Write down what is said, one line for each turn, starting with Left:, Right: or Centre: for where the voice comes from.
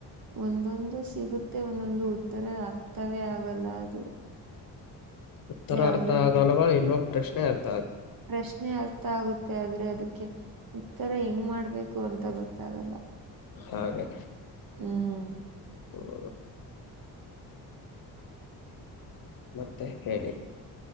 Right: ಒಂದೊಂದು ಸಿಗುತ್ತೆ ಒಂದೊಂದು ಉತ್ತರ ಅರ್ಥವೇ ಆಗಲ್ಲ ಅದು <inaudible>
Left: ಉತ್ತರ ಅರ್ಥ
Right: ಅವರೇ
Left: ಆಗಲ್ವಾ ಇಲ್ವ ಪ್ರಶ್ನೆ ಆಗ್ತದೆ
Right: ಪ್ರಶ್ನೆ ಆಗ್ತ ಗೊತ್ತ ಆಗುತ್ತೆ ಆದ್ರೆ ಅದಕ್ಕೆ ಉತ್ತರ ಹೆಂಗ್ ಮಾಡ್ಬೇಕು ಅಂತ ಗೊತ್ತಾಗಲ್ಲ
Left: ಹಾಗೆ
Right: ಹ್ಮ್
Left: ಹ್ಮ್ ಮತ್ತೆ ಹೇಳಿ